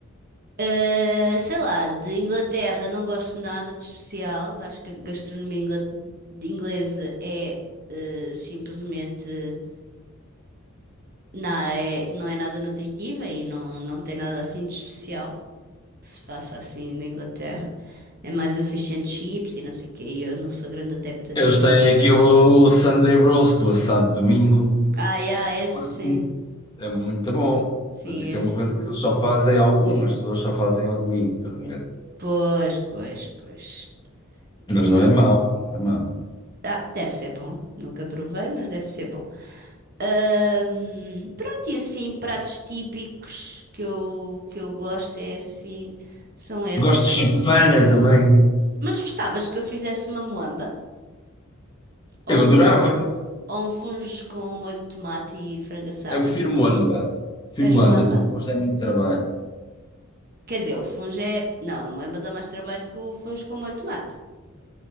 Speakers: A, on the right; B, on the left.
A: Eh, sei lá, de Inglaterra não gosto nada de especial. Acho que a gastronomia ingla- de inglesa é eh, simplesmente na- é- não é nada nutritiva e não, não tem nada assim de especial. que se faça assim na Inglaterra. É mais o fish and chips e não sei o quê. E eu não sou grande adepta
B: Eles
A: disso.
B: têm aqui o Sunday Roast, o assado de domingo.
A: Ah, yeah, esse
B: Parecido.
A: sim.
B: É muito bom.
A: Sim,
B: Mas isso
A: esse
B: é uma coisa
A: sim.
B: que eles só fazem, algumas pessoas só fazem ao domingo, estás a ver?
A: Pois, pois, pois. Isso
B: Mas não
A: é-
B: é mau, não é mau.
A: ah, deve ser bom. Nunca provei, mas deve ser bom. Ahm, pronto, e assim, pratos típicos que eu, que eu gosto é assim, são esses.
B: Gosto de chifana também.
A: Mas gostavas que eu fizesse uma moamba? Ou
B: Eu adorava.
A: um, ou um fungo com molho de tomate e frango assado?
B: Eu prefiro moamba. Prefiro
A: Fez
B: moamba,
A: moamba?
B: que o fumo dá muito trabalho.
A: Quer dizer, o funge é. Não, a moamba dá mais trabalho que o funge com molho de tomate.